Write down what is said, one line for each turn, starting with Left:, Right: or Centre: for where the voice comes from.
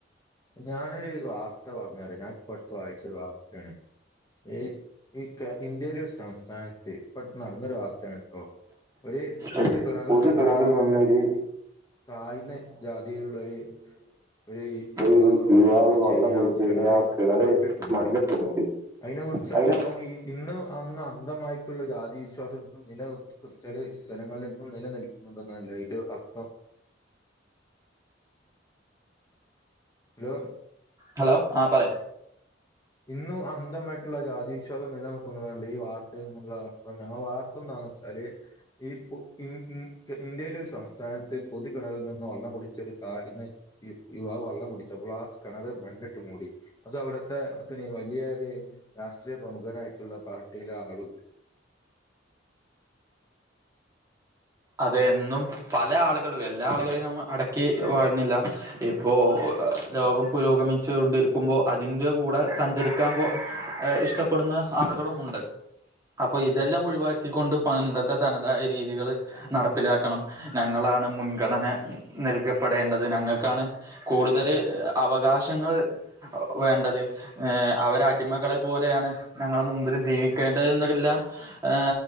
Left: ഞാനൊരു വാർത്ത പറഞ്ഞരാ ഞാൻ ഇപ്പട്ത്ത് വായിച്ചൊരു വാർത്തേണ് ഈ ഈ ഇന്ത്യയിലെ ഒരു സംസ്ഥാനത്ത് ഇപ്പട്ത്ത് നടന്നൊരു വാർത്തേണ് ഓ ഒര് പൊതു
Right: ഒരു
Left: കണറിൽ
Right: പൊതു
Left: നിന്നൊര്
Right: കിണറ് നിന്നൊരു
Left: താഴ്ന്ന ജാതിയിലുള്ളൊര് ഒര്
Right: ഒരു
Left: യുവാവ്
Right: ഒരു
Left: വള്ളം
Right: യുവാവ്
Left: കുടിച്ചതിന്
Right: വെള്ളം കുടിച്ചതിന്
Left: ആ കിണറ്
Right: ആ കിണറ്
Left: മണ്ണിട്ട് മൂടി
Right: മണ്ണിട്ട് മൂടി
Left: അതിനെ കുറിച്ചാണ്ട്
Right: അതിനെ
Left: അപ്പം ഇന്നും അന്നും അന്തമായിട്ടുള്ള ജാതി വിശ്വാസം ഇന്നും നിലനിർക്കുന്ന ചെല സ്ഥലങ്ങളിൽ ഇന്നും നിലനിൽക്കുന്നുണ്ട് അല്ലെ ഇതിന് അർത്ഥം ഹലോ
Right: ഹലോ ആ പറ
Left: ഇന്നും അന്തമായിട്ടുള്ള ജാതി വിശ്വാസം നിലനിൽക്കുന്നുന്നെല്ലേ ഈ വാർത്തയിൽന്നുള്ള അർത്ഥം ഞാൻ വാർത്തെന്താ ന്ന് വച്ചാല് ഈ ഇ ഇ ഇന്ത്യയിലെ ഒരു സംസ്ഥാനത്ത് പൊതു കിണറിൽ നിന്ന് വള്ളം കുടിച്ച താഴ്ന്ന യുവാവ് വള്ളം കുടിച്ചപ്പോൾ ആ കിണറ് മണ്ണിട്ട് മൂടി അത് അവിടത്തെ ത്തിന് വലിയൊരു രാഷ്ട്രീയ പ്രമുഖനായിട്ടുള്ള പാർട്ടിയിലെ ആളുകൾ
Right: അതെ ഇന്നും പല ആളുകളും എല്ലാ ആളുകളെയും നമ്മൾ അടക്കി വാഴുന്നില്ല ഇപ്പോ ലോകം പുരോഗമിച്ചു കൊണ്ടിരിക്കുമ്പോൾ അതിന്റെ കൂടെ സഞ്ചരിക്കാൻ ഇപ്പൊ ഇഷ്ടപ്പെടുന്ന ആളുകളും ഉണ്ട് അപ്പൊ ഇതെല്ലാം ഒഴിവാക്കിക്കൊണ്ട് പണ്ടത്തെ തനതായ രീതികള് നടപ്പിലാക്കണം ഞങ്ങളാണ് മുൻഗണന നൽകപ്പെടേണ്ടത് ഞങ്ങൾക്കാണ് കൂ കൂട്തല് അവകാശങ്ങൾ വേണ്ടത് അവരടിമകളെ പോലേണ് ഞങ്ങളെ മുമ്പിൽ ജീവിക്കേണ്ടത് എന്നെല്ലാം ഏ